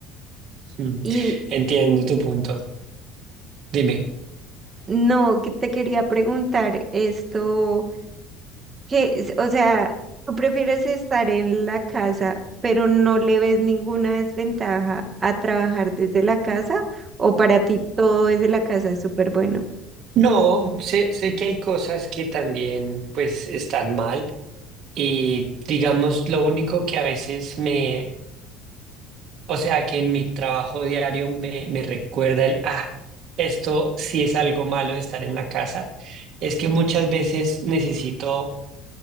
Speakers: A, on the right; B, on the right.
A: Mm,
B: Y
A: Entiendo tu punto. Dime.
B: no, que te quería preguntar esto. que, es- o sea, tú prefieres estar en la casa, pero no le ves ninguna desventaja a trabajar desde la casa, o para ti todo desde la casa es súper bueno.
A: No, sé, sé que hay cosas que también pues están mal y digamos lo único que a veces me O sea que en mi trabajo diario me, me recuerda el, ah, esto sí es algo malo de estar en la casa, es que muchas veces necesito